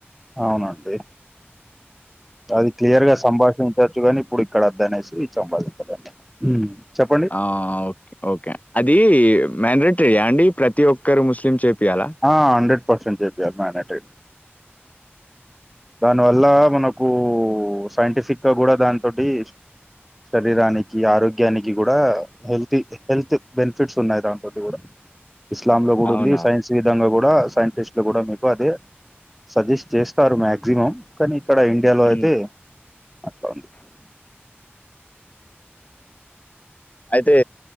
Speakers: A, in the centre; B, on the left.
A: అవునండి అది క్లియర్గా సంభాషించ చ్చు గాని ఇప్పుడు ఇక్కడ వద్దు అనేసి సంభాషించలే
B: ఆ ఓకే ఓకే అది <unintelligible> ప్రతి ఒక్కరు ముస్లిం చెపియాలా
A: ఆ హండ్రెడ్ పర్సెంట్ చెపియాలి మానేటై దానివల్ల మనకు సైంటిఫిక్ గా కూడా దాని తోటి శరీరానికి ఆరోగ్యానికి కూడా హెల్త్ హెల్త్ బెనిఫిట్స్ ఉన్నాయి దాంతోటి కూడా ఇస్లామ్ లో కూడా
B: అవునా?
A: ఉంది సైన్స్ సిధంగా కూడా సైంటిస్ట్లు కూడా మీకు అది సజెస్ట్ చేస్తారు మాక్సిమం కానీ ఇక్కడ ఇండియాలో
B: హ్మ్.
A: అయితే అట్లా ఉంది
B: అయితే